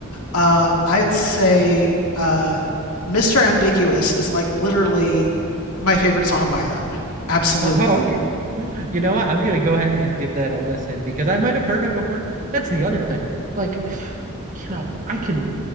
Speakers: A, on the left (about 80°); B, on the right (about 35°).
A: Uh, I'd say uh, Mr. Ambiguous is like literally my favorite song by them. Absolutely.
B: <laughs> Oh, okay. You know what? I'm gonna go ahead and give that a listen because I might have heard it before. That's the other thing. Like, <sighs> you know, I can